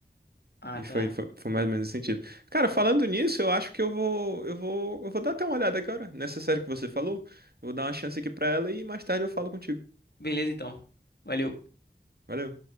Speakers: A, on the left (about 65°); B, on the right (about 60°).
A: Ah,
B: E
A: tá.
B: foi, foi, foi mais ou menos esse sentido. Cara, falando nisso, eu acho que eu vou, eu vou, eu vou dar até uma olhada agora nessa série que você falou. Vou dar uma chance aqui pra ela e mais tarde eu falo contigo.
A: Beleza, então. Valeu.
B: Valeu.